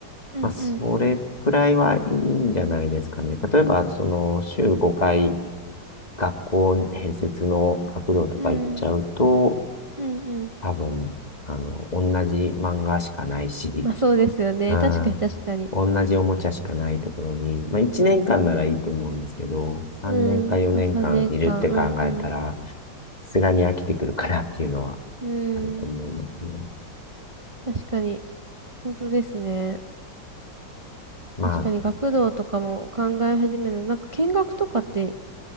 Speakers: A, on the right; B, on the left.
A: うんうんうん。
B: まあ、それくらいはいいんじゃないですかね。例えば、その、週5回、学校併設の学童とか行っちゃうと、
A: うん。うんうん。
B: 多分、あの、同じ漫画しかないし、
A: まあそうですよね。
B: あ
A: 確かに確かに。
B: ー、同じおもちゃしかないところに、まあ1年間ならいいと思うんですけど、3年か4年間いるって考えたら、
A: うん。まあ3年間。うんうん。
B: さすがに飽きてくるかなっていうのは
A: う
B: あると思いますね。
A: ん。確かに。本当ですね。
B: ま
A: 確かに学童とかも考え始める。なんか見学とかって、